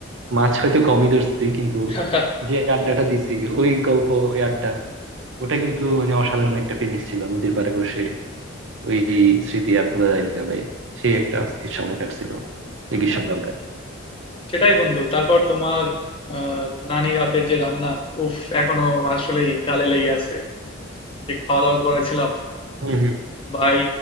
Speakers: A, on the right; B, on the left.
A: মাছ হয়তো কমই ধরছি কিন্তু
B: <laughs>
A: যে আড্ডাটা দিছি ওই গল্প ওই আড্ডা ওটা কিন্তু মানে অসাধারণ একটা ফিলিংস ছিল নদীর পাড়ে বসে ওই স্মৃতি আর ভোলা যায় না ভাই সেই একটা অস্থির সময় কাটছিল এই গ্রীষ্মকালটা
B: সেটাই বন্ধু। তারপর তোমার আহ, নানির হাতের যে রান্না, উফ, এখনো আসলেই গালে লেগে আছে। যে খাওয়া দাওয়া করেছিলাম,
A: হম হম
B: ভাই,